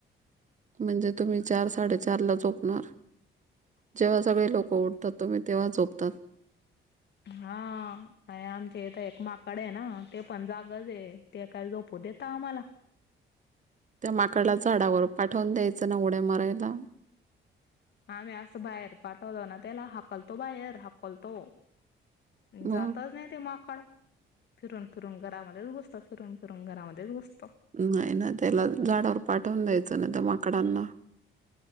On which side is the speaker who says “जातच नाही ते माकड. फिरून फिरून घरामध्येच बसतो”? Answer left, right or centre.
Left